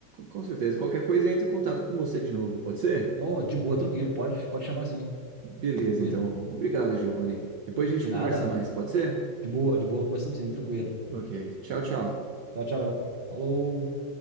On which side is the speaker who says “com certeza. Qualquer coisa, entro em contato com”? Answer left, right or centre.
Right